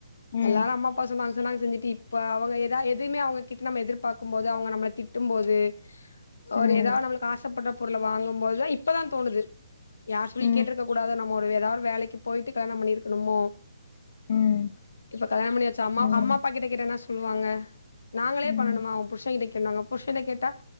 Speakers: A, on the left; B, on the left.
A: ம்
B: எல்லாரூ அம்மாப் அப்போ சொன்னாங்க சொன்னாங்க செஞ்சிட்டு இப்போ அவங்க எதா எதுமே அவங்ககிட்ட நம்ம எதிர்பாக்குபோது அவங்க நம்மள திட்டூ போது
A: ம்
B: ஒரு ஏதாவத் நம்மளுக்கு ஆசப்பட்ட பொருள வாங்கும்போத் தா இப் பதா தோணுது யார் சொல்லியூ
A: ம் ம்
B: கேட்டுருக்க கூடாது நம்ம ஒரு ஏதாவது வேலைக்கு போயிட்டு கல்யாண பண்ணிருக்கணோமோ
A: ம்
B: இப்ப கல்யாண பண்ணியாச்சி அம்மா
A: ம்
B: அம்மா அப்பா கிட்ட கேட்டா என்ன சொல்லுவாங்க நாங்களே
A: ம்
B: பண்ணணுமா உன் புருஷன் கிட்ட கேளுன்னுவாங்க புருஷங் கிட்ட கேட்டா